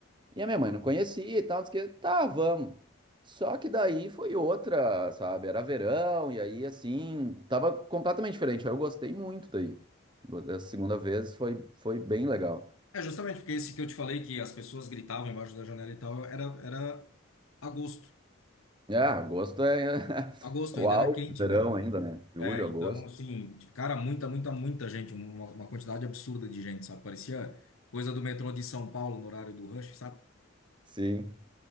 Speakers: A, on the right (about 20°); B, on the left (about 80°).
A: E a minha mãe não conhecia e tal, disse que, tá, vamos. Só que daí foi outra, sabe? Era verão, e aí assim, tava completamente diferente. Aí eu gostei muito daí. Go- Essa segunda vez foi, foi bem legal.
B: É justamente porque esse que eu te falei que as pessoas gritavam embaixo da janela e tal, era, era agosto.
A: É, agosto é <laughs>
B: Agosto
A: o
B: ainda
A: auge
B: era quente,
A: do verão
B: né?
A: ainda, né? Julho,
B: É, então,
A: agosto.
B: assim, cara, muita, muita, muita gente, uma, uma quantidade absurda de gente, sabe? Parecia coisa do metrô de São Paulo no horário do rush, sabe?
A: Sim.